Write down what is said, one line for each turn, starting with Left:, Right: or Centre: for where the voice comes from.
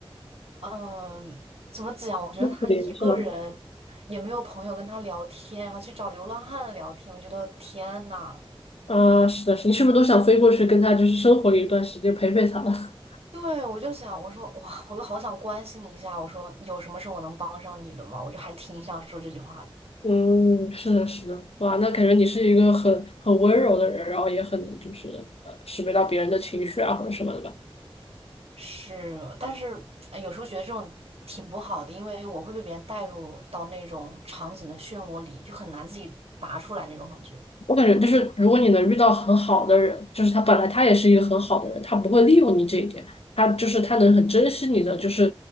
Right: 嗯，怎么讲？我觉得他一个人也没有朋友跟他聊天，
Left: 那可怜是吗？
Right: 然后去找流浪汉聊天，我觉得天呐。
Left: 啊，是的，是的你是不是都想飞过去跟他就是生活一段时间，陪陪他了？
Right: 对，我就想，我说哇，我就好想关心一下，我说有什么是我能帮上你的吗？我就还挺想说这句话的。
Left: <laughs> 嗯，是的，是的，哇，那感觉你是一个很很温柔的人，然后也很能就是呃识别到别人的情绪啊或者什么的吧。
Right: 是，但是哎有时候觉得这种挺不好的，因为我会被别人带入到那种场景的漩涡里，就很难自己拔出来那种感觉。
Left: 我感觉就是如果你能遇到很好的人，就是他本来他也是一个很好的人，他不会利用你这一点，他就是他能很珍惜你的，就是